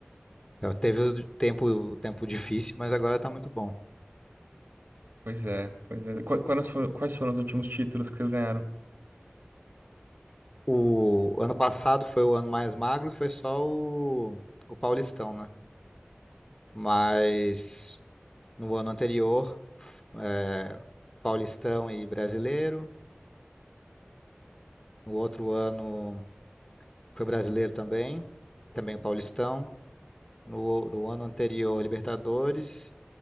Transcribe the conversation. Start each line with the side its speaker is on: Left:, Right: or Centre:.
Left: Então, Teve o tempo, o tempo difícil, mas agora tá muito bom.
Right: Pois é, pois é. Qu- Quais foram, quais foram os últimos títulos que vocês ganharam?
Left: O ano passado foi o ano mais magro, foi só o, o Paulistão, né? Mas no ano anterior, é, Paulistão e Brasileiro. No outro ano foi Brasileiro também, e também o Paulistão. No, no ano anterior, Libertadores.